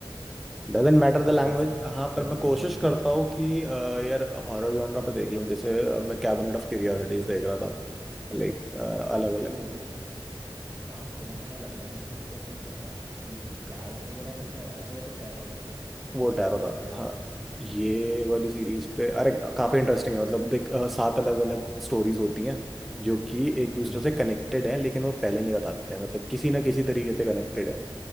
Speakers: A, in the centre; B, on the right.
A: Doesn't matter
B: बड़ा
A: the language
B: ही सिंपल
A: हाँ
B: फंड
A: पर मैं कोशिश
B: है तुम्हारा
A: करता हूँ कि अ, यार हॉरर जॉनरा पे देख लूँ जैसे अ, मैं कैबिनेट ऑफ क्यूरियोसिटीज देख रहा था लाइक अलग
B: अच्छा
A: अलग
B: वो नाम सुना सुना लग रहा है मेरे को तो इसमें क्या था कि कार्ड्स वगैरह था क्या अच्छा वो तो टैरोट था ना
A: वो
B: Tarot
A: टैरो
B: game
A: था
B: tarot
A: हाँ
B: card
A: ये वाली सीरीज पे अरे काफी इंटरेस्टिंग है मतलब देख अ, सात अलग अलग स्टोरीज होती हैं जो कि एक
B: हाँ
A: दूसरे
B: हाँ।
A: से कनेक्टेड हैं लेकिन वो पहले नहीं बताते हैं मतलब किसी ना किसी तरीके से कनेक्टेड है